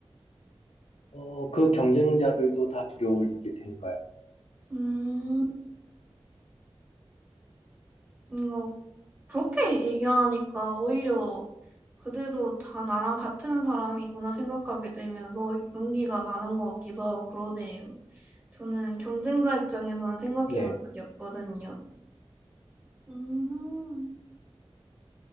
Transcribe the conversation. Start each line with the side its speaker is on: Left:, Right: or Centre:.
Left: 어, 그 경쟁자들도 다 두려움을 느낄 테니까요.
Right: 음, 이거 그렇게 얘기하니까 오히려 그들도 다 나랑 같은 사람이구나 생각하게 되면서 용기가 나는 것 같기도 하고 그러네요. 저는 경쟁자 입장에서는 생각해
Left: 네.
Right: 본 적이 없거든요. 음,